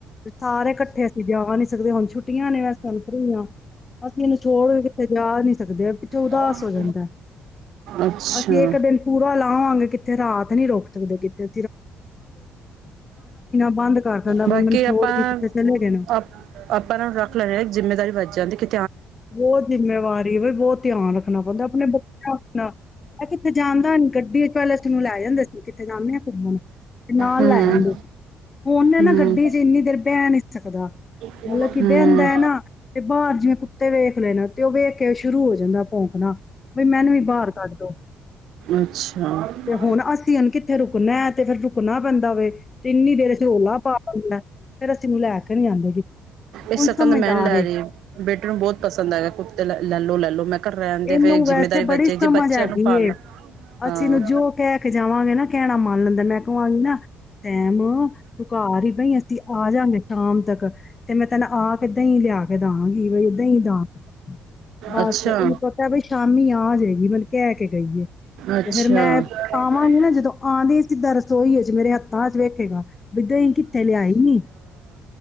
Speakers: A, on the left; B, on the right.
A: ਸਾਰੇ ਕੱਠੇ ਜਾ ਨਈ ਸਕਦੇ ਹੁਨ ਛੁੱਟੀਆਂ ਨੇ ਵੈਸੇ ਤੇ ਹੁਨ ਫ੍ਰੀ ਆਂ, ਅਸੀਂ ਏਨੂੰ ਛੋੜ ਕੇ ਕਿਥੇ ਜਾ ਨਈ ਸਕਦੇ, ਪਛੋਂ ਉਦਾਸ
B: ਹਮ,
A: ਹੋ ਜਾਂਦੈ,
B: ਅੱਛਾ
A: ਅਸੀਂ ਇਕ ਦਿਨ ਪੂਰਾ ਲਾ ਆਵਾਂਗੇ ਕਿੱਥੇ ਰਾਤ ਨੀ ਰੋਕ ਸਕਦੇ ਕਿੱਥੇ ਬੰਦ ਕਰ ਦਿੰਦਾ ਵੀ
B: ਬਾਕੀਂ
A: ਮੈਨੂੰ
B: ਆਪਾਂ
A: ਛੋੜ ਕੇ ਕਿਤੇ ਚਲੇ ਗਏ ਨਾ
B: ਅ ਆਪਾਂ ਇਹਨਾਂ ਨੂੰ ਰੱਖ ਲੈਣੇ ਹਾਂ ਜਿੰਮੇਦਾਰੀ ਵੱਜ ਜਾਂਦੀ ਕੀ
A: ਬਹੁਤ ਜਿੰਮੇਵਾਰੀ ਬ ਬਹੁਤ ਧਿਆਨ ਰੱਖਣਾ ਪਉਦਾ ਆਪਣੇ ਬੱਚਿਆਂਣਾ ਇਹ ਕਿੱਥੇ ਜਾਂਦਾ ਨੀ ਗੱਡੀ ਚ ਪਹਿਲ ਤਨੂੰ ਲੈ ਜਾਂਦੇ ਸੀ ਕਿੱਥੇ ਜਾਂਦੇ ਹ ਤੇ ਨਾਲ
B: ਹੂੰ
A: ਲੈ ਜਾਂਦੇ ਹੁਣਨ
B: ਹੂੰ
A: ਨਾ ਗੱਡੀ ਚ ਇੰਨੀ ਦੇਰ ਬਹਿ ਨੀ ਸਕਦਾ
B: ਹੂੰ-ਹੂੰ,
A: ਮਤਲਬ ਕਿ ਬਹਿੰਦਾ ਹੈ ਨਾ ਤੇ ਬਾਹਰ ਜਿਵੇਂ ਕੁ ਦੇੇਖ ਲੈਣਾ ਤੇ ਉਹ ਵੇਖ ਕੇ ਸ਼ੁਰੂ ਹੋ ਜਾਂਦਾ ਭੋਂਕਣਾ ਬਈ ਮੈਨੂੰ ਵੀ ਬਾਹਰ ਕੱਢ ਦੋ,
B: ਅੱਛਾ
A: ਤੇ ਹੁਣ ਅਸੀਂ ਹੁਨ ਕਿੱਥੇ ਰੁਕਣਾ ਤੇ ਫੇਰ ਰੁਕਣਾ ਪੈਂਦਾ ਵੇ ਤੇ ਇੰਨੀ ਦੇਰ ਚ ਰੌਲਾ ਪਾ ਦਿੰਦਾ ਫੇਰ ਅਸੀਂ ਇਹਨੂੰ ਲੈ ਕੇ ਨੀ ਆਂਦੇ ਗੇ
B: ਇਸ
A: ਹੁਣ
B: ਸਕਨ
A: ਸਮਝਦਾਰ
B: ਮੈਂਨ ਲੈ
A: ਏ
B: ਰਹੀ ਬੇਟੇ ਨੂੰ ਬਹੁਤ ਪਸੰਦ ਆਇਗਾ ਕੁੱਤੇ ਲੈ ਲੋ, ਲੈ ਲੋ ਮੈਂ ਕਿਹਾ ਰਹਿਣ ਦੇ
A: ਇਹਨੂੰ
B: ਫਿਰ
A: ਵੈਸੇ
B: ਜਿੰਮੇਦਾਰੀ
A: ਬੜੀ
B: ਵੱਜੇ
A: ਸਮਝ
B: ਜੇ ਬੱਚਿਆਂ
A: ਹੈਗੀ
B: ਨੂੰ ਪਾਲਣਾ
A: ਏ
B: ਹਾਂ।
A: ਅਸੀਂ ਇਹਨੂੰ ਜੋ ਕਹਿ ਕੇ ਜਾਵਾਂਗੇ ਨਾ ਕਹਿਣਾ ਮੰਨ ਲੈਂਦਾ ਮੈਂ ਕਵਾਗੀ ਨਾ ਤੈਮ ਤੂੰ ਘਰ ਹੀ ਬਈ ਅਸੀਂ ਆ ਜਾਗੇ ਸ਼ਾਮ ਤੱਕ ਤੇ ਮੈਂ ਤੈਨੂੰ ਆ ਕੇ ਦਹੀਂ ਲਿਆ ਕੇ ਦਾਗੀ ਬਈ ਦਹੀਂ ਦਾਂ ਬਸ
B: ਅੱਛਾ।
A: ਇਹਨੂੰ ਸੋਚਿਆ ਬਈ ਸ਼ਾਮੀ ਆ ਜਾਏਗੀ ਮੈਨ ਕਹਿ ਕੇ ਗਈਏ
B: ਅੱਛਾ।
A: ਤੇ ਫੇਰ ਮੈਂ ਆਵਾਂਗੀ ਨਾ ਜਦੋਂ ਆਂ ਸਿੱਧਾਂ ਰਸੋਈ ਏਚ ਮੇਰੇ ਹੱਥ ਚ ਵੇਖੇਗਾ ਬਈ ਦਹੀਂ ਕਿੱਥੇ ਲਿਆਈ ਨੀ